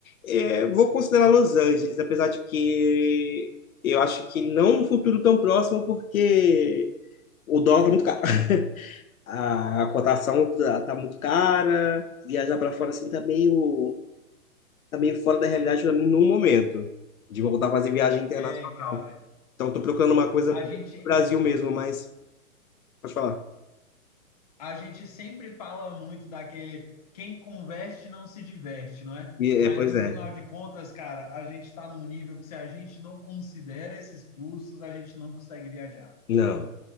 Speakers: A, on the left (about 70°); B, on the left (about 25°).
A: É, vou considerar Los Angeles, apesar de que eu acho que não um futuro tão próximo, porque o dólar tá muito caro. <laughs> a, a cotação tá, tá muito cara, viajar para fora assim tá meio, tá meio fora da realidade para mim no momento, de voltar a fazer viagem internacional.
B: É, cara.
A: Então tô procurando uma coisa
B: A
A: no
B: gente
A: Brasil mesmo, mas pode falar.
B: A gente sempre fala muito daquele quem converte não se diverte, não é?
A: E,
B: Mas
A: é, pois
B: no
A: é.
B: final de contas, cara, a gente está num nível que se a gente não considera esses custos, a gente não consegue viajar.
A: Não,